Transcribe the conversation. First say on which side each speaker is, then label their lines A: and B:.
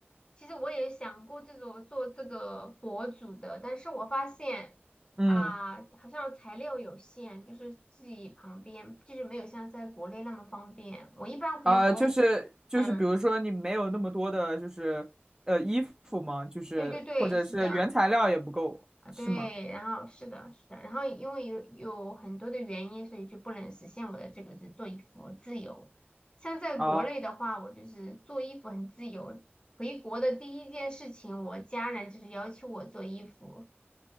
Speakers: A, on the left; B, on the right.
A: 其实我也想过这种做这个博主的，但是我发现啊，
B: 嗯。
A: 好像材料有限，就是自己旁边就是没有像在国内那么方便。我一般回国，
B: 啊、就是就是，
A: 嗯，
B: 比如说你没有那么多的，就是呃衣服吗？就是或者是原材料也不够，
A: 对对对，是的。啊，
B: 是吗？
A: 对，然后是的，是的，然后因为有有很多的原因，所以就不能实现我的这个是做衣服自由。像在国内的话，
B: 啊
A: 我就是做衣服很自由。回国的第一件事情，我家人就是要求我做衣服。